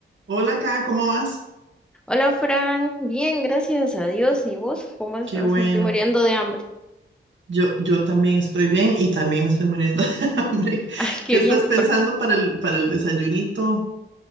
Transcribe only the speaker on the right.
Hola, acá, ¿cómo vas?
Qué bueno.
Yo, yo también estoy bien y también me estoy muriendo de <laughs> hambre.
¿Qué estás
pensando
para el, para el desayunito?